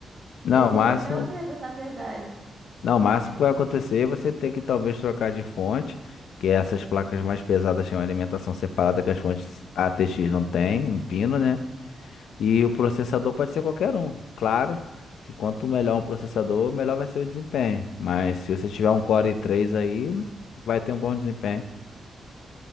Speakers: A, on the left; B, on the right.
A: Não,
B: Esse
A: o máximo
B: aí que é meu medo, na verdade.
A: Não, o máximo que vai acontecer é você ter que talvez trocar de fonte, que essas placas mais pesadas têm uma alimentação separada que as fontes ATX não têm, um pino, né? E o processador pode ser qualquer um. Claro que quanto melhor um processador, melhor vai ser o desempenho. Mas se você tiver um Core i3 aí, vai ter um bom desempenho.